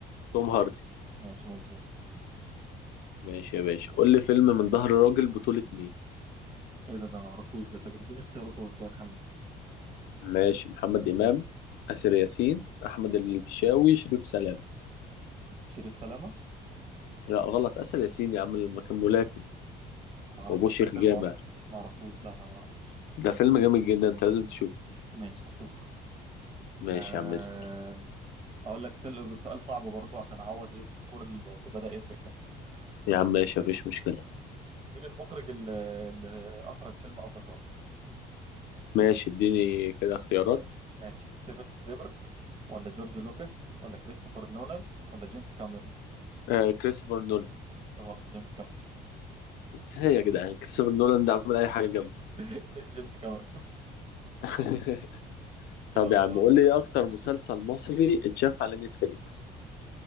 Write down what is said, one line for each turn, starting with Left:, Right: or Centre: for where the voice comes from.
Left: توم هاردي
Right: ماشي مظبوط
Left: ماشي يا باشا قول لي فيلم من ظهر راجل بطولة مين
Right: ايه ده انا معرفوش ده طب اديني اختيارات هو كده خمن
Left: ماشي محمد إمام آسر ياسين أحمد الفيشاوي شريف سلام
Right: شريف سلامة
Left: لا غلط آسر ياسين يا عم لما كان ملاكم
Right: معرفوش
Left: وأبوه شيخ
Right: الفيلم
Left: جامع
Right: اصلا معرفوش لا انا معرفوش
Left: ده فيلم جامد جدا أنت لازم تشوفه
Right: ماشي هشوف
Left: ماشي
Right: أه...
Left: يا عم اسأل
Right: اقول لك فيلم سؤال صعب برضو عشان اعوض ايه السكور اللي اللي بدأ يفرق ده
Left: يا عم ماشي مفيش مشكلة
Right: مين المخرج اللي, اللي اخرج فيلم افاتار
Left: ماشي اديني كده اختيارات
Right: ماشي ستيفن سليبر ولا جورج لوكاس ولا كريستوفر نولان ولا جيمس كاميرون
Left: آه كريستوفر نولان
Right: غلط جيمس كاميرون
Left: ازاي يا جدعان كريستوفر نولان ده عمل اي حاجه جامده
Right: <laughs> جيمس كاميرون
Left: <laughs> طب
Right: يلا
Left: يا عم
Right: دور
Left: قول لي ايه اكتر مسلسل مصري اتشاف على نتفليكس